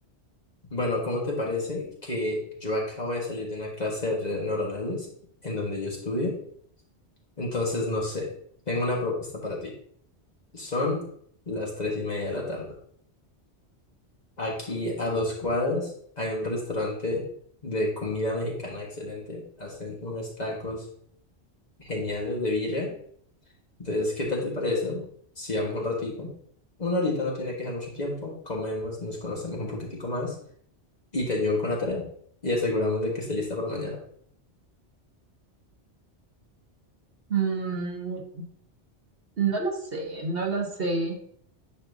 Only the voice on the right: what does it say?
Mm, no lo sé, no lo sé.